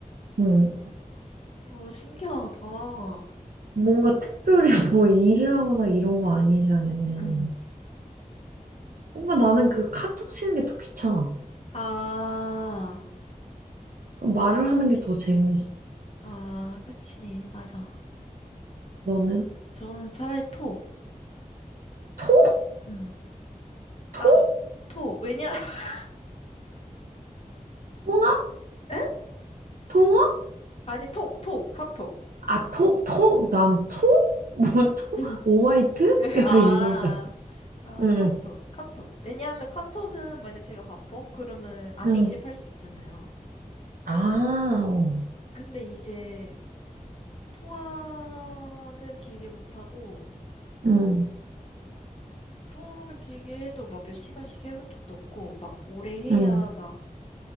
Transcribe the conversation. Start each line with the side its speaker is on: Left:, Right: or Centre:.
Right: 응.
Left: 어, 신기하다.
Right: 뭔가 특별히 <laughs> 뭐 일을 하거나 이런 거 아닌 이상에는.
Left: 응.
Right: 뭔가 나는 그 카톡 치는 게 더 귀찮아.
Left: 아,
Right: 그 말을
Left: 맞아. 그건,
Right: 하는
Left: 기-
Right: 게 더 재밌어.
Left: 아, 그치. 맞아.
Right: 너는?
Left: 저는 차라리 톡.
Right: 톡?
Left: 응.
Right: 톡?
Left: 아, 어, 톡. 왜냐? <laughs>
Right: 통화?
Left: 에?
Right: 통화?
Left: 아니, 톡, 톡, 카톡.
Right: 아, 톡, 톡? 난 톡? 뭐, 톡?
Left: <laughs>
Right: 오마이트? <laughs> 약간
Left: 아.
Right: 이건 줄 알았어.
Left: 아,
Right: 응,
Left: 카톡, 카톡. 왜냐하면 카톡은 만약 제가 바빠? 그러면 안
Right: 응.
Left: 읽씹할 수 있잖아요.
Right: 아,
Left: 근데 이제 통화는 길게 못하고,
Right: 응,
Left: 통화를 길게 해도 막 몇 시간씩 해본 적도 없고, 막 오래 해야
Right: 응.
Left: 막